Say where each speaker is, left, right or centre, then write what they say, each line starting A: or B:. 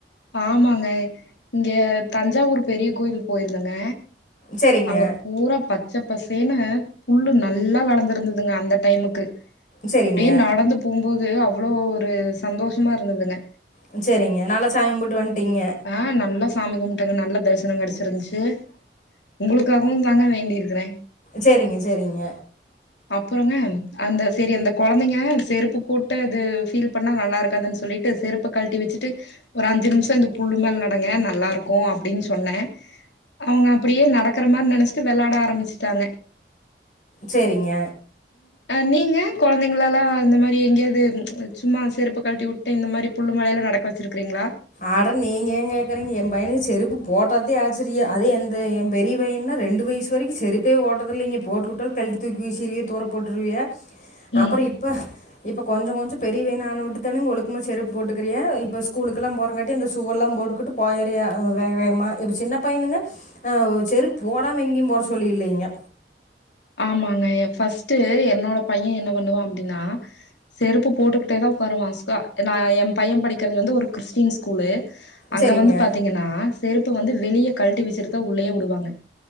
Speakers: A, on the left; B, on the left.
A: ஆமாங்க இங்கெ தஞ்சாவூர் பெரிய கோயில் போயிருந்தங்க
B: சரிங்க,
A: அங்க பூரா பத் ச்ச பசேனுங்க புல்லு நல்லா வளந்திருந்துதுங்க அந்த டைமுக்கு
B: சரிங்க,
A: அப்டே நடந்து போகும் போது அவ்ளோ ஒரு சந்தோஷமா இருந்ததுங்க
B: உம் சேரிங்க நாலா சாமி கும் புட்டு வந்ட்டீங்க
A: ஆ நல்லா சாமி கும் ட்டு நல்ல தரிசனங் கெடச்சிருந்ச்சு உங்களுக்காகவுந் தாங்க வேண்டிருக்கிறே
B: சேரிங்க சேரிங்க
A: அப்போங்க அந்த செரி அந்த கொழந்தைங்க செருப்பு போட்டு அது ஃபீல் பண்ணா நல்லா இருக்காதுன் சொல்லிட் டு செருப்ப கழ்ட்டி வெச்சுட்டு ஒரு அஞ்சு நிம்ஷ இந்த புல்லு மேல நடங்க நல்லாருக்கு அப்டின் சொன்னே அவ்ங்க அப்டியே நடக்கிற மாரி நெனைச்சிட்டு வெளாட ஆரம்பிச்சுட்டாங்க
B: சேரிங்க
A: அஹ் நீங்க கொழந்தைங்ளலா இந்த மாரி எங்கேயாது ம் சும்மா செருப்ப கழ்ட்டிவிட்டு இந்த மாரி புல்லுமேலலா நடக்க வெச்சிருக் க்றீங்ளா
B: ஆட நீங்க ஏங்கேக்குறீங்க எம் பையனுக்கு செருப்பு போட்டாத்தே ஆச்சிரிய அதே எந்த எ பெரிய வையன்னா ரெண்டு வய்சு வரைக்கு செருப்பே வோட்றதில்லைங்க போட்டுவுட்டாலு கல்டி தூக்கி வீசிருவிய தூர போட்ருவிய
A: ம்
B: அப்பற இப்ப இப்ப கொஞ்சோ கொஞ்சோ பெரிய வைய்னான விட்டுதானுங்க ஒழுக்கமா செருப் போட்டுக்கிறியா இப்ப ஸ்கூலுக் கெல்லா போறங்காட்டி அந்த சூவெல்லா போட்டுக்கிட்டு போயறியா அஹ் வேக வேகமா இப்ப சின்ன பையனுங்க அஹ் ஒ செருப் போடாம எங்கீம் போற சோலி இல்லைங்க
A: ஆமாங்க எ ஃபஸ்ட்டு என்னோட பைய என்ன பண்ணுவா அப்டினா செருப்பு போட்டுக்கிட்டேதா உக்காருவா ஸ்கா நா எ பைய படிக்கிறது வந்து ஒரு க்றிஸ்டீன் ஸ்கூலு அங்க
B: சரிங்க
A: வந்து பாத்தீங்கனா செருப் க்க வந்து வெளிய கழ்ட்டி வெச்சிட்டுதா உள்ளயே விடுவாங்க